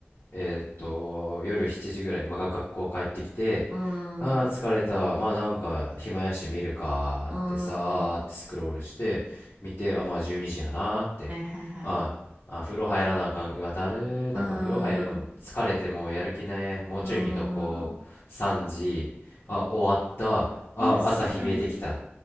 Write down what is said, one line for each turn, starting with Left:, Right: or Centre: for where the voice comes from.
Left: えーっと、夜7時ぐらい、まあ、が学校帰ってきて、
Right: うーん、
Left: ああ、
Right: う
Left: 疲れた。まあなんか、暇やし見るかーってさーってスクロールして、
Right: ーん。
Left: 見て、あ、まあ12時やなーって。
Right: はいはいはい。
Left: あーあ、風呂入らなあかん。うわ、だるー。
Right: うー
Left: なんか風呂入るのも疲れてもうやる気ない。
Right: ん、う
Left: もうちょい見とこう。
Right: ーん。
Left: 3時。あ、終わった。あ、
Right: マジか。
Left: 朝日見えてきた。